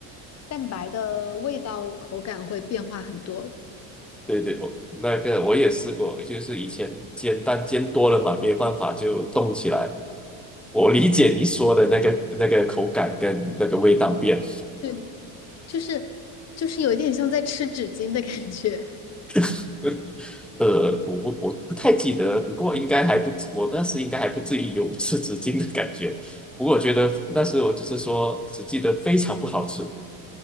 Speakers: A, on the left; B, in the centre.
A: 蛋白的味道口感会变化很多，
B: 对对，我那个我也试过，就是以前煎蛋煎多了嘛，没办法就动起来。我理解你说的那个那个口感跟那个味道变。
A: 对，就是就是有一点像在吃纸巾的感觉。
B: <laughs> 呃，我不我不太记得，不过应该还不至我当时应该还不至于有吃纸巾的感觉。不过我觉得但是我只是说，只记得非常不好吃。